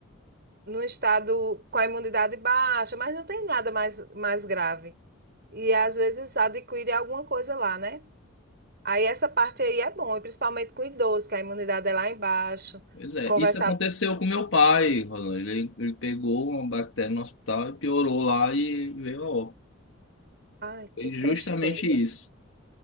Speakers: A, on the right; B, on the left.
A: no estado com a imunidade baixa, mas não tem nada mais, mais grave. E às vezes adquire alguma coisa lá, né? Aí essa parte aí é bom, e principalmente com idoso, que a imunidade é lá embaixo.
B: Pois é,
A: Conversar.
B: isso aconteceu com meu pai, Rolando. Ele, ele pegou uma bactéria no hospital e piorou lá e veio a óbito.
A: Ai,
B: Foi
A: que
B: justamente
A: tristeza.
B: isso,